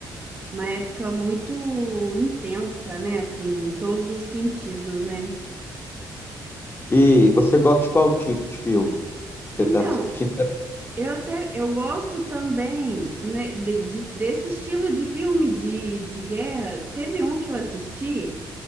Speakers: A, on the right (about 25°); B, on the left (about 30°).
A: uma época muito intensa, né? Assim, em todos os sentidos, né?
B: E você gosta de qual tipo de filme que você
A: Então,
B: está assistindo?
A: eu até eu gosto também, né, de- de- desse estilo de filme de, de guerra. Teve um que eu assisti